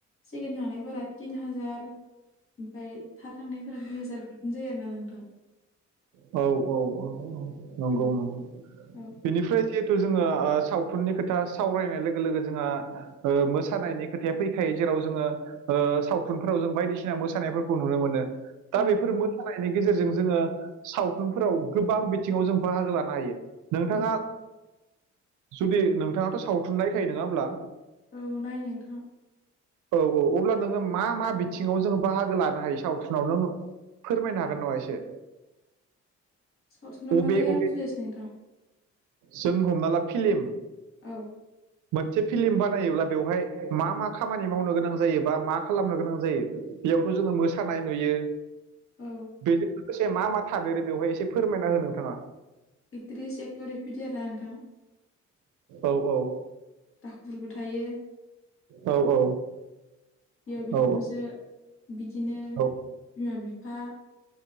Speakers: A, on the left; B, on the right.
A: सिगोन थानायफोरा थिन हाजार ओमफफ्राय था थांनायफोरा दु हाजार बिबदिन जायो आरो ना नोंथां
B: औ औ औ औ नंगौ
A: औ
B: नंगौ
A: औ
B: बेनिफ्राय जिहेथु जोङो सावथुननि खोथा सावरायनाय लोगो लोगो जोंहा मोसानायनि खोथाया फैखायो जेराव जोङो सावथुनफोराव जों बायदिसिना मोसानायफोरखौ नुनो मोनो
A: औ
B: दा बेफोर मोसानायनि गेजेरजों जोङो सावथुनफोराव गोबां बिथिङाव जों बाहागो लानो हायो नोंथाङा
A: औ
B: जुदि नोंथाङाथ' सावथुन नायखायो नङाब्ला
A: औ नायनो नोंथां
B: औ औ अब्ला नोङो मा मा बिथिङाव जोङो बाहागो लानो हायो सावथुनाव नों फोरमायनो हागोन नामा एसे
A: सावथुनाव
B: अबे
A: माने आं
B: अबे
A: फुजसै नोंथां
B: जों हमना ला फिलिम
A: औ
B: मोनसे फिल्म बानायोब्ला बेवहाय मा मा खामानि मावनो गोनां जायो बा मा खालामनो गोनां जायो बेयावथ' जोङो मोसानाय नुयो
A: औ
B: बेजों लोगोसे मा मा थादेरो बेवहाय एसे फोरमायना हो नोंथाङा
A: एट्रिस एक्टरफोरदि आरोना नोंथां
B: औ औ
A: दाखुरबो थायो
B: औ औ
A: बेयाव बिखुनजो
B: औ
A: बिदिनो
B: औ
A: बिमा बिफा